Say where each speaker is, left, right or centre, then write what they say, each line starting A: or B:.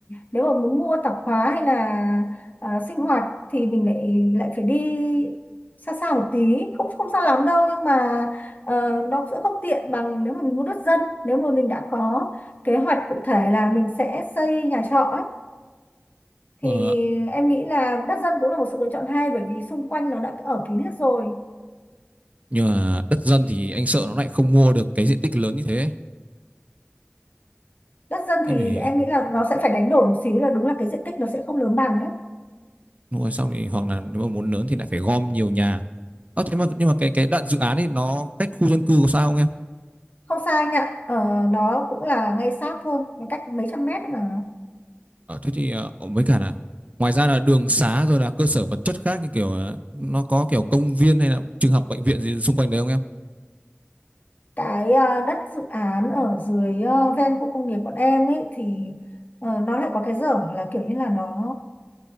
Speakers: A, on the left; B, on the right.
A: nếu mà muốn mua tạp hóa hay là à, sinh hoạt thì mình lại lại phải đi xa xa một tí cũng không xa lắm đâu nhưng mà ờ, nó sẽ không tiện bằng nếu mà mình mua đất dân nếu mà mình đã có kế hoạch cụ thể là mình sẽ xây nhà trọ ấy, thì
B: Ờ,
A: em nghĩ là đất dân cũng là một sự lựa chọn hay bởi vì xung quanh nó đã ở kín hết rồi
B: nhưng mà đất dân thì anh sợ nó lại không mua được cái diện tích lớn như thế.
A: đất dân
B: Em
A: thì
B: thì
A: em nghĩ là nó sẽ phải đánh đổi một xíu là đúng là cái diện tích nó sẽ không lớn bằng đấy
B: mua xong thì hoặc là nếu mà muốn lớn thì lại phải gom nhiều nhà. Ờ, thế mà nhưng mà cái cái đoạn dự án ấy nó cách khu dân cư có sao không em?
A: không sai anh ạ ờ, nó cũng là ngay sát thôi nó cách mấy trăm mét thôi mà
B: Ờ, thế thì ờ, với cả là ngoài ra là đường xá rồi là cơ sở vật chất khác như kiểu ờ, nó có kiểu công viên hay là trường học bệnh viện gì xung quanh đấy không em?
A: cái ờ, đất dự án ở dưới ờ, ven khu công nghiệp bọn em ấy thì ờ, nó lại có cái dở là kiểu như là nó